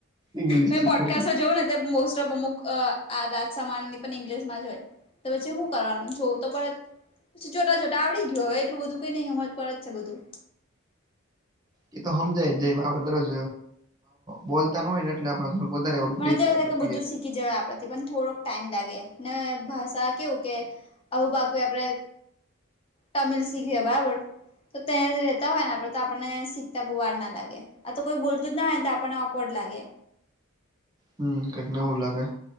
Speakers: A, on the right; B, on the left.
A: ઇંગ્લિશ
B: મે
A: શીખવું
B: પોડકાસ્ટ જોઓ ને મોસ્ટ ઓફ અમુક અ આ રાજ સમાન ની પણ ઇંગ્લિશ માં જ હોય તો પછી સુ કરવાનું જોવું તો પણ પછી જોતા જોતા આવડી ગયુ હવે એટલું બધું કઈ નહીં સમજ પડે જછે બધું
A: ઈ તો સમજાયઆપડે દરોજ બોલ લતા નો હોય ને એટલે આપ થોડુંક વધારે ઓલું
B: મને
A: બીક
B: તો એવું
A: લાગેબીએક
B: થાય બધું કે જવાય આપણાથી પણ થોડોક ટાઈમ લાગે ને ભાષા કેવું કે આવું બાકી આપડે તમિલ શીખીએ બરાબર તો ત્યાં જ રહેતા હોય ને આપડે તો આપણને શીખતા બહુ વાર ના લાગે આ તો કોઈ બોલતું જ નાહોય ને તો આપણને ઓકવર્ડ લાગે
A: હમ કાઈક નવું લાગે